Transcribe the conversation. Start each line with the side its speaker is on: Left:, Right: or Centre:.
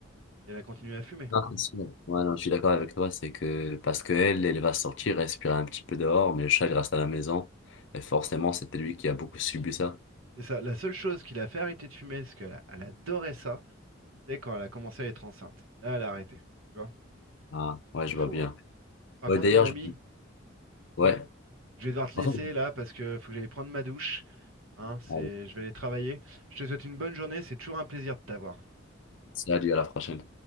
Right: et elle a continué à fumer.
Left: Non, c'est sûr. Ouais, non, je suis d'accord avec toi, c'est que parce que elle, elle va sortir, respirer un petit peu dehors, mais le chat il reste à la maison. Et forcément, c'était lui qui a beaucoup subi ça.
Right: C'est ça. La seule chose qui l'a fait arrêter de fumer, parce qu'elle a- elle adorait ça, c'est quand elle a commencé à être enceinte. Là, elle a arrêté. Tu vois,
Left: Ah, ouais, je
Right: c'est fou,
Left: vois bien.
Right: hein. Par
Left: Ouais,
Right: contre,
Left: d'ailleurs,
Right: mon ami,
Left: je... Ouais.
Right: oui, je vais devoir te laisser
Left: En fait,
Right: là parce que faut que j'aille prendre ma douche. Hein, c'est...
Left: allez,
Right: Je vais aller travailler. Je te souhaite une bonne journée, c'est toujours un plaisir de t'avoir.
Left: salut, à la prochaine.